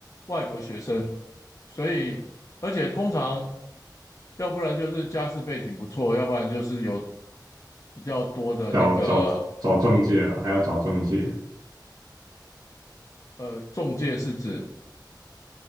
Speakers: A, on the left; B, on the right.
A: 外国学生，所以而且通常要不然就是家世背景不错，要不然就是有比较多的那个
B: 找找找中介了，还要找中介。
A: 呃，中介是指，